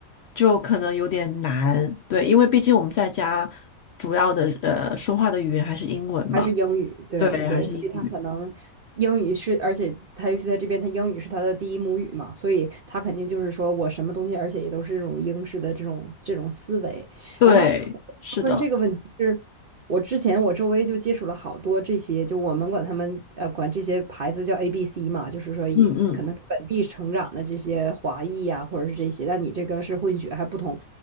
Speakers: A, on the left; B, on the right.
A: 就可能有点难，对，因为毕竟我们在家主要的呃说话的语言还是英文嘛，
B: 还是英语，对对，
A: 对，还是英语，
B: 所以他可能英语是，而且他尤其在这边，他英语是他的第一母语嘛，所以他肯定就是说我什么东西，而且也都是这种英式的这种这种思维。
A: 对，
B: 然后
A: 是的，
B: 我问这个问题是，我之前我周围就接触了好多这些，就我们管他们呃管这些牌子叫 ABC 嘛，就是说也可能是本地成长的这些华裔呀、
A: 嗯嗯。
B: 或者是这些，但你这个是混血还不同。